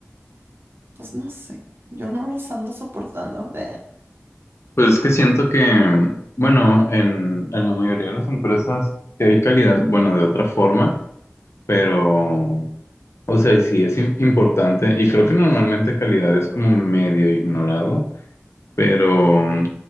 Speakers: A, on the right; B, on the left.
A: pues no sé, yo no los ando soportando. De,
B: Pues es que siento que, bueno, en, en la mayoría de las empresas sí hay calidad, bueno, de otra forma, pero, o sea, sí es im- importante y creo que normalmente calidad es como medio ignorado Pero,